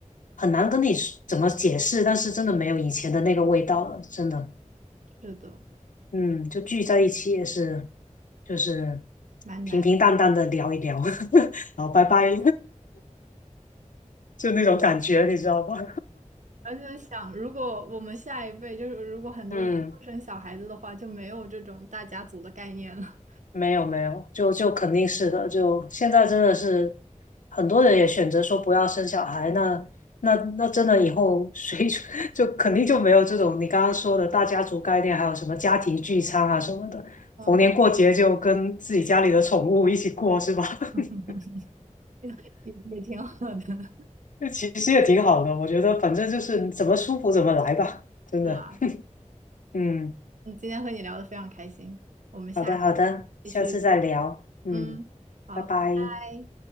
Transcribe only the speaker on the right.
是的，
蛮难的。
而且想，如果我们下一辈就是如果很多人都不生小孩子的话，
就没有这种大家族的概念了。
嗯，
就
<laughs>
也也挺好的，
是吧？
嗯，今天和你聊得非常开心，我们下一次继续。
嗯，好，
拜拜。